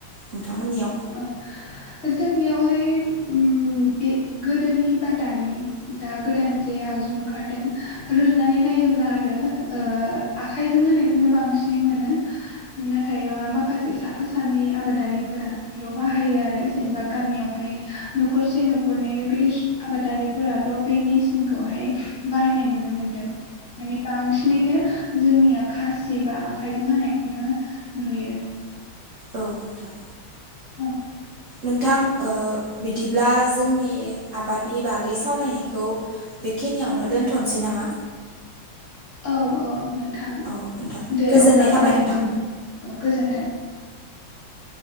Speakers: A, on the right; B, on the left.
A: नोंथांमोननियाव
B: औ जोंनियावहाय ओम बे गोदोनि बा दानि दा गोदान जे आगजु ओंखारदों रुजुनानै नाय योब्ला आरो ओ आखाइजों होनायखौनो बांसिन मोनो नाथाय बा माखा साफा सानै आबादारिफोरा ल' बाहायो आरो जेनेबा गामियावहाय न'खरसे न'खरनै बेबायदि आबादारिफोराल' औ बे मेचनखौहाय बाहायनाय नुनो मोनदों। माने बांसिनैनो जोंनिया खासि बा आखाइजों हानायखौनो नुयो।
A: औ नोंथां।
B: औ।
A: नोंथां ओ बिदिब्ला जोंनि आबादनि बागै सावरायनायखौ बेखिनियावनो दोन्थ'नोसै नामा?
B: औ औ। नोंथां
A: औ नोंथां
B: दे
A: गोजोननाय
B: अब्ला
A: थाबाय
B: फोजोबदिनि
A: नोंथां
B: औ गोजोन्थों।